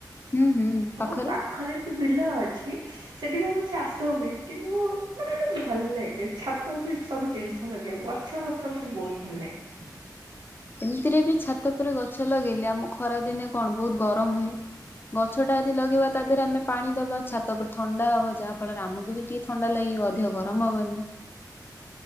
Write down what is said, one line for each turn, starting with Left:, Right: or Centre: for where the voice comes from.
Left: ହୁଁ, ହୁଁ,
Right: ଆମ
Left: ପାଖରେ
Right: ବି ବିଲ ଅଛି ସେଠି ବି ଆମର ଚାଷ ହୁଏ, କିନ୍ତୁ ମତେ ଗୋଟେ ଭଲ ଲାଗେ, ଛାତ ଉପ ସବୁ ଜିନିଷ ଲଗେଇବାକୁ, ଗଛ ପତ୍ର ମତେ ବହୁତ ଭଲ ଲାଗେ ।
Left: ଏମିତିରେ ବି, ଛାତ ଉପରେ ଗଛ ଲଗେଇଲେ, ଆମ ଖରା ଦିନେ କଣ, ବହୁତ ଗରମ ହୁଏ, ଗଛ ଟା ଯଦି ଲଗେଇବା, ତା ଦେହରେ ଆମେ ପାଣି ଦବା, ଛାତ ଉପରେ ଥଣ୍ଡା ହବ, ଯାହା ଫଳରେ ଆମକୁ ବି ଟିକେ ଥଣ୍ଡା ଲାଗିବ, ଅଧିକ ଗରମ ହବନି।